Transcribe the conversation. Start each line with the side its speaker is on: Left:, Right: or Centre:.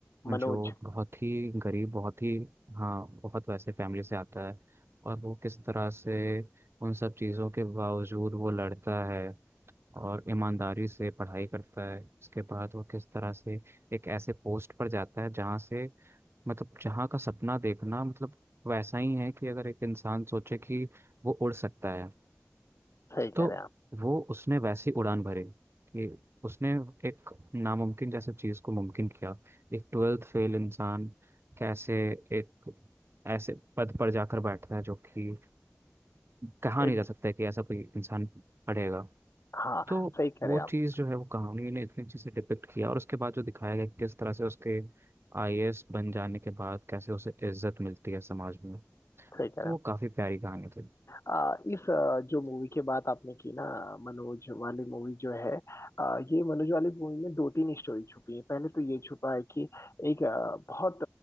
Left: मनोज
Right: जो बहुत ही गरीब बहुत ही हाँ बहुत वैसे फैमिली से आता है और वो किस तरह से उन सब चीज़ों के बावजूद वो लड़ता है और ईमानदारी से पढ़ाई करता है उसके बाद वो किस तरह से एक ऐसे पोस्ट पर जाता है जहाँ से मतलब जहाँ का सपना देखना मतलब वैसा ही है कि अगर एक इंसान सोचे कि वो उड़ सकता है
Left: सही कह
Right: तो
Left: रहे हैं आप
Right: वो उसने वैसी उड़ान भरी कि उसने एक नामुमकिन जैसे चीज़ को मुमकिन किया एक ट्वेल्थ फेल इंसान कैसे एक ऐसे पद पर जाकर बैठता है जो कि कहा नहीं
Left: एड
Right: जा सकता है कि ऐसा कोई इंसान पढ़ेगा
Left: हाँ
Right: तो
Left: सही कह
Right: वो
Left: रहे हैं आप
Right: चीज़ जो है वो कहानी ने इतनी अच्छे से डिपिक्ट किया और उसके बाद जो दिखाया गया कि किस तरह से उसके आईएएस बन जाने के बाद कैसे उसे इज्जत मिलती है समाज में
Left: सही कह
Right: तो
Left: रहे हैं
Right: वो
Left: आप
Right: काफ़ी प्यारी कहानी थी
Left: आ, इस आ, जो मूवी की बात आपने की ना मनोज वाली मूवी जो है आ, ये मनोज वाली मूवी में दो तीन स्टोरी छुपी है पहले तो ये छुपा है कि एक आ, बहुत